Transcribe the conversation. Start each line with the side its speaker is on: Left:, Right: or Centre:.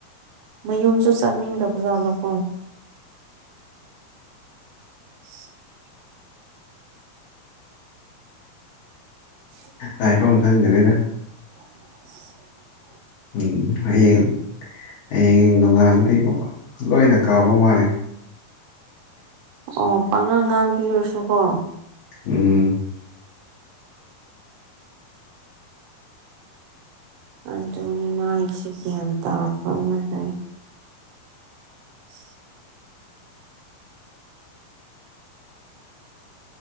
Right: ꯃꯌꯨꯝꯁꯨ ꯆꯠꯅꯤꯡꯗꯕꯖꯥꯠꯂꯣꯀꯣ <unintelligible> ꯎ <unintelligible>
Left: ꯍꯥꯢꯐꯝ ꯈꯪꯗꯔꯦꯗ
Right: <unintelligible>
Left: ꯎꯝ ꯍꯌꯦꯡ ꯍꯌꯦꯡ ꯅꯣꯡꯉꯥꯟꯜꯂꯗꯤ ꯂꯣꯏꯅ ꯀꯥꯕ ꯃꯥꯜꯂꯦ
Right: ꯑꯣ ꯄꯥꯉꯥꯡ ꯉꯥꯡꯕꯤꯔꯨꯔꯁꯨꯀꯣ
Left: ꯎꯝ
Right: ꯑꯗꯨꯃꯥꯢ ꯒꯌꯥꯟ ꯇꯥꯗꯕ ꯑꯃ ꯂꯩ <unintelligible>